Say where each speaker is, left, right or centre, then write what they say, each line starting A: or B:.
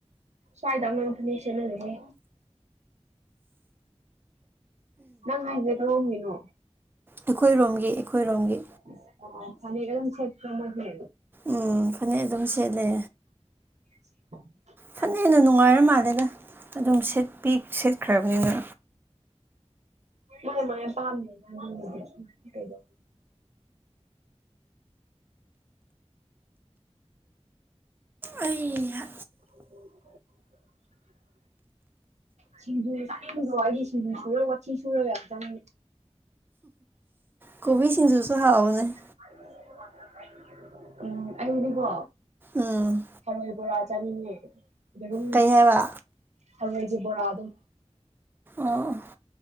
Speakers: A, on the right (about 80°); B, on the right (about 20°).
A: ꯁ꯭ꯋꯥꯏꯗꯪ ꯂꯣꯏ ꯐꯅꯦꯛ ꯁꯦꯠꯅꯔꯦꯍꯦ ꯅꯪ ꯍꯥꯏꯖꯦ ꯀꯔꯣꯝꯉꯤꯅꯣ
B: ꯑꯩꯈꯣꯏꯔꯣꯝꯒꯤ ꯑꯩꯈꯣꯏꯔꯣꯝꯒꯤ
A: ꯏꯁ ꯑꯥ ꯐꯅꯦꯛ ꯑꯗꯨꯝ ꯁꯦꯠꯄ꯭ꯔꯥ ꯃꯣꯏꯗꯤ
B: ꯎꯝ ꯐꯅꯦꯛ ꯑꯗꯨꯝ ꯁꯦꯠꯂꯦ
A: <unintelligible>
B: ꯐꯅꯦꯅ ꯅꯨꯉꯥꯏꯔ ꯃꯥꯜꯂꯦꯗ ꯑꯗꯨꯝ ꯁꯦꯠꯄꯤ ꯁꯦꯠꯈ꯭ꯔꯕꯅꯤꯅ
A: ꯃꯥꯏ ꯃꯥꯏ ꯑꯄꯥꯝꯕꯅꯤꯗ ꯑꯗꯨꯕꯨꯗꯤ <unintelligible> ꯀꯩꯗꯧ
B: ꯑꯩ ꯍꯥ
A: <unintelligible> ꯁꯤꯡꯖꯨ ꯆꯥꯅꯤꯡꯗ꯭ꯔꯣ ꯑꯩꯗꯤ ꯁꯤꯡꯖꯨ ꯁꯨꯔ ꯋꯥꯊꯤ ꯁꯨꯔ ꯌꯥꯝ ꯆꯥꯅꯤꯡꯉꯤ
B: ꯀꯣꯕꯤ ꯁꯤꯡꯖꯨꯁꯨ ꯍꯥꯥꯎꯕꯅꯦ
A: <unintelligible> ꯎꯝ ꯑꯩꯗꯤꯀꯣ
B: ꯎꯝ
A: ꯍꯔꯣꯏ ꯕꯣꯔꯥ ꯆꯥꯅꯤꯉꯦ ꯌꯦꯔꯨꯝ
B: ꯀꯩ ꯍꯥꯏꯕ
A: ꯊꯔꯣꯏꯒꯤ ꯕꯣꯔꯥꯗꯣ
B: ꯑꯣ